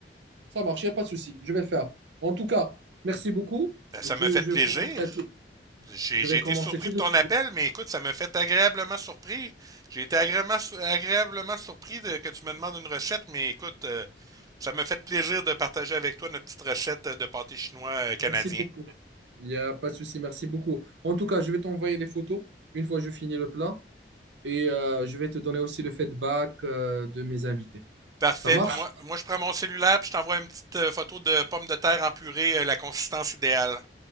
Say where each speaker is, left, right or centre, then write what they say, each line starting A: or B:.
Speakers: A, on the right; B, on the right.
A: Ça marche, il n'y a pas de souci, je vais le faire. En tout cas, merci beaucoup.
B: Ben, Ça
A: Je,
B: me fait
A: je
B: plaisir.
A: commencerai tout.
B: J'ai
A: Je
B: j'ai
A: vais
B: été
A: commencer
B: surpris
A: tout
B: de
A: de
B: ton
A: suite.
B: appel, mais écoute, ça me fait agréablement surpris. J'ai été agréablement, su- agréablement surpris de, que tu me demandes une recette, mais écoute, euh, ça me fait plaisir de partager avec toi notre petite recette de pâté chinois euh, canadien.
A: Merci beaucoup. Il n'y a pas de souci, merci beaucoup. En tout cas, je vais t'envoyer les photos une fois que je finis le plat et euh, je vais te donner aussi le feedback euh, de mes invités.
B: Parfait.
A: Ça marche?
B: Puis moi, moi, je prends mon cellulaire, puis je t'envoie une petite euh, photo de pommes de terre en purée, euh, la consistance idéale.